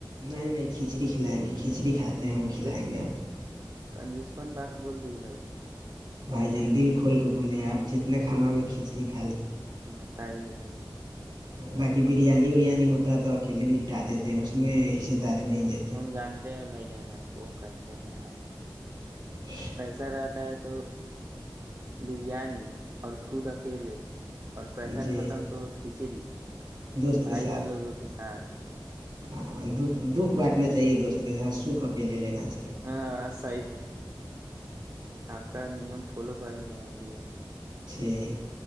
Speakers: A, on the right; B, on the right.
A: نہیں نہیں کھچڑی کھلائیں گے کھچڑی کھاتے ہیں وہ کھلائیں
B: دیکھ
A: گے
B: لیے
A: آپ
B: کنجوسپن بات بول دی بھائی جان
A: بھائی جان دل کھول کے بولے آپ جتنے کھانا ہوگا کھچڑی کھ
B: بتائیے بھائی جان
A: باقی بریانی اریانی ہوتا ہے تو اکیلے نپٹا دیتے ہیں اس میں داری نہیں دیتے
B: ہم جانتے ہیں بھائی جان آپ کو کیسے ہیں آپ
A: <inaudible>
B: پیسہ رہتا ہے تو بریانی اور خود اکیلے اور پیسہ
A: جی
B: ختم تو کھچڑی
A: دوست
B: بھائی
A: کے ساتھ
B: جان لوگوں کے ساتھ
A: ہاں د دکھ بانٹنا چاہیے دوست یہاں سکھ اکیلے لینا چاہیے
B: ہاں صحیح بولے آپ کا نیم فالو کریں گے ہم بھی ایسے
A: جی